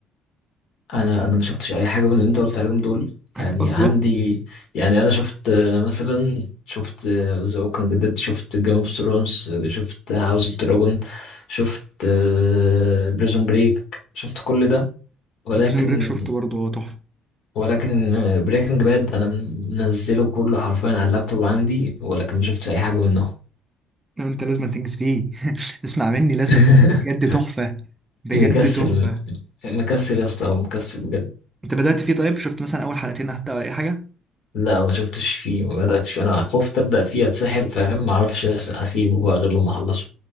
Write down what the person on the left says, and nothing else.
انا انا ما شفتش اي حاجه من اللي انت قلت عليهم دول
يعني
عندي يعني انا شفت آه، مثلا شفت آه، ذا ووكينج ديد شفت جيم اوف ثرونز شفت هاوس اوف دراجون شفت آه، بريزون بريك شفت كل ده ولكن
ولكن آه، بريكنج باد انا منزله كله حرفيا على اللابتوب عندي ولكن ما شفتش اي حاجه منهم
<laughs>
مكسل
مكسل يا اسطى مكسل بجد
لا ما شفتش فيه ما بدأتش انا خفت ابدأ فيه اتسحل فاهم ما اعرفش اسيبه بقى غير لما اخلصه